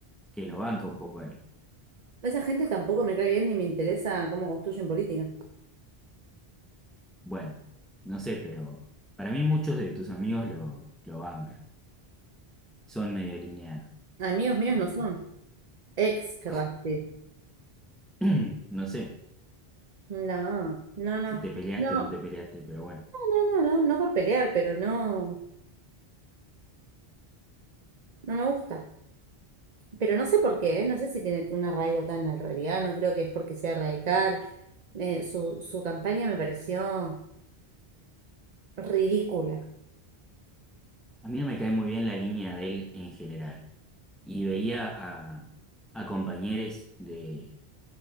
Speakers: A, in the centre; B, on the right.
A: que lo banca un poco a él.
B: Esa gente tampoco me cae bien ni me interesa cómo construyen política.
A: Bueno, no sé, pero para mí muchos de tus amigos lo, lo bancan. Son medio lineanos,
B: Amigos míos
A: tanto.
B: no son. Ex, querrás
A: como-
B: decir.
A: <clears throat> No sé
B: No, no, no.
A: si te peleaste
B: No,
A: o no te peleaste, pero bueno.
B: no, no, no, no, no por pelear, pero no, no me gusta. Pero no sé por qué, ¿eh? No sé si tiene un arraigo tan al no creo que es porque sea radical. Eh, su, su campaña me pareció ridícula.
A: A mí no me cae muy bien la línea de él en general. Y veía a, a compañeros de